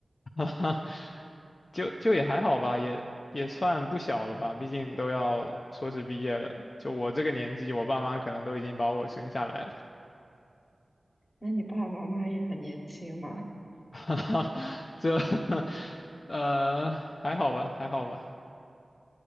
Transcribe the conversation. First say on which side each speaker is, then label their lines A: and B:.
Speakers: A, on the left (about 55°); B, on the left (about 30°).
A: <laughs> 就就也还好吧，也也算不小了吧，毕竟都要硕士毕业了。就我这个年纪，我爸妈可能都已经把我生下来了，
B: 那你爸爸妈妈也很年轻嘛？
A: <laughs> 这 <laughs> 呃还好吧，还好吧。